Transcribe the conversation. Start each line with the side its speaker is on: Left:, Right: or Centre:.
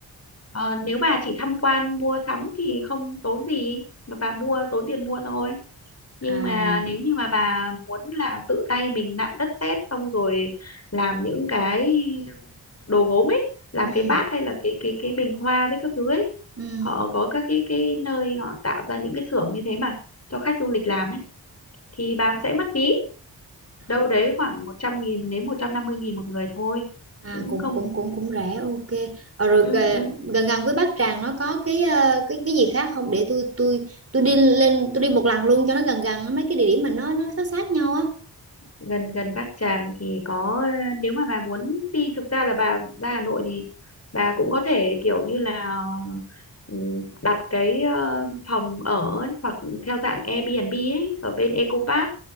Left: ờ, nếu bà chỉ tham quan mua sắm thì không tốn gì mà bà mua tốn tiền mua thôi nhưng
Right: à
Left: mà nếu như mà bà muốn là tự tay mình nặn đất sét xong rồi làm những cái đồ gốm ấy làm
Right: ừm,
Left: cái bát hay là cái cái cái bình hoa với các thứ ấy
Right: ừm.
Left: họ có các cái cái nơi họ tạo ra những cái xưởng như thế mà cho khách du lịch làm ấy thì bà sẽ mất phí
Right: À.
Left: đâu đấy khoảng một trăm nghìn đến một trăm năm mươi nghìn một người thôi
Right: À,
Left: cũng
Right: cũng
Left: không
Right: cũng cũng cũng rẻ ok Ờ, rồi
Left: ừ,
Right: gờ-
Left: ừ.
Right: gần gần với Bát Tràng nó có cái ờ, cái cái gì khác không để tôi tôi tôi đi lên tôi đi một lần luôn cho nó gần gần mấy cái địa điểm mà nó nó sát sát nhau á
Left: gần gần Bát Tràng thì có ờ, nếu mà bà muốn đi thực ra là bà ra Hà Nội thì bà cũng có thể kiểu như là ừ, đặt cái ờ, phòng ở ấy, hoặc theo dạng Airbnb ấy ở bên Eco Park